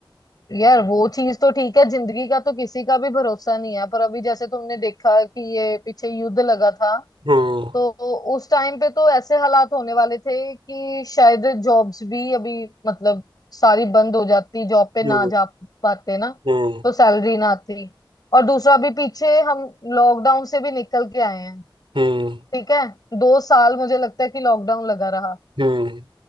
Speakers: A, on the left (about 50°); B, on the right (about 75°).
A: यार वो चीज तो ठीक है जिंदगी का तो किसी का भी भरोसा नहीं है पर अभी जैसे तुमने देखा कि ये पीछे युद्ध लगा था
B: हम्म
A: तो उस टाइम पे तो ऐसे हालात होने वाले थे कि शायद जॉब्स भी अभी मतलब सारी बंद हो जाती जॉब पे ना
B: हम्म
A: जा पाते ना
B: हम्म
A: तो सैलरी ना आती और दूसरा भी पीछे हम लॉकडाउन से भी निकल के आए हैं
B: हम्म
A: ठीक है दो साल मुझे लगता है कि लॉकडाउन लगा रहा
B: हम्म